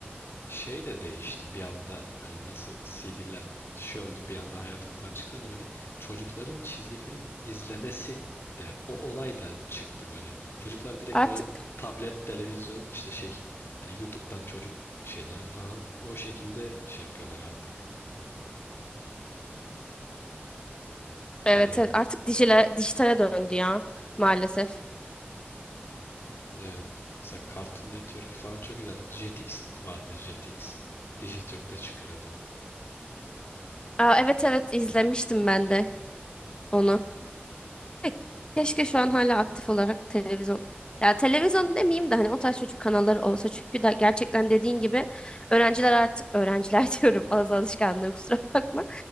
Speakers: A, on the left; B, on the left.
A: şey de değişti bir anda hani nasıl CD'ler şey oldu bir anda hayatımızdan çıktı hani böyle çocukların çizgi film izlemesi de o olay da çıktı böyle. Çocuklar direkt
B: Artık
A: böyle tablet, televizyon işte şey hani YouTube'dan çocuk şeyleri falan o şekilde şey yapıyorlar artık.
B: evet
A: Hani
B: evet artık dijile, dijitale döndü ya maalesef.
A: evet, mesela Cartoon Network falan çok izlerdik. Jetix vardı Jetix. Dijitürk'te çıkıyordu.
B: Aa, evet evet izlemiştim ben de onu. Ke- Keşke şu an hala aktif olarak televizyon. Ya televizyon demeyeyim de hani o tarz çocuk kanalları olsa çünkü da gerçekten dediğin gibi öğrenciler artık öğrenciler <laughs> diyorum az alışkanlığı kusura bakma.